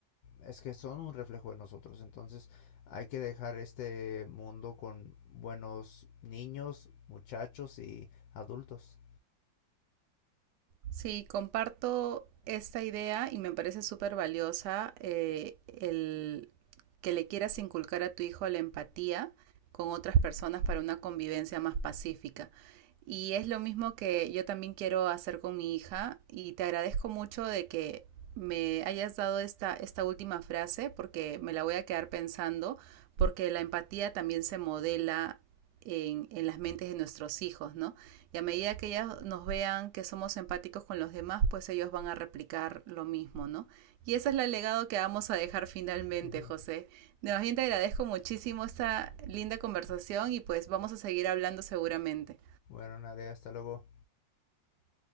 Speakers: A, on the left (about 80°); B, on the right (about 70°).
A: es que son un reflejo de nosotros. Entonces hay que dejar este mundo con buenos niños, muchachos y adultos.
B: Sí, comparto esta idea y me parece súper valiosa eh, el que le quieras inculcar a tu hijo la empatía con otras personas para una convivencia más pacífica. Y es lo mismo que yo también quiero hacer con mi hija y te agradezco mucho de que me hayas dado esta, esta última frase porque me la voy a quedar pensando porque la empatía también se modela en, en, las mentes de nuestros hijos, ¿no? Y a medida que ellas nos vean que somos empáticos con los demás, pues ellos van a replicar lo mismo, ¿no? Y ese es el legado que vamos a dejar finalmente,
A: Ujú.
B: José. De más bien te agradezco muchísimo esta linda conversación y pues vamos a seguir hablando seguramente.
A: Bueno, Nadia, hasta luego.